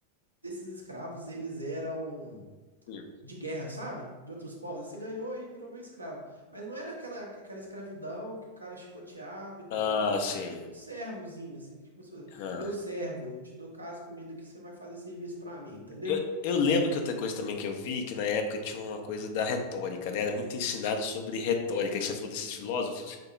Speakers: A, on the right; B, on the left.
A: esses escravos, eles eram
B: Hum.
A: de guerra, sabe? De outros povos. Aí Você ganhou e virou meu escravo. Mas não era aquela, aquela escravidão que o cara chicoteava e tal.
B: Ah,
A: Ele fa-
B: sim.
A: era tipo um servozinho, assim, tipo, como
B: Ah.
A: meu servo, eu te dou casa, comida que você vai fazer serviço pra mim, entendeu?
B: Eu, eu lembro que outra coisa também que eu vi, que na época tinha uma coisa da retórica, né? Era muito ensinado sobre retórica, que você falou desses filósofos,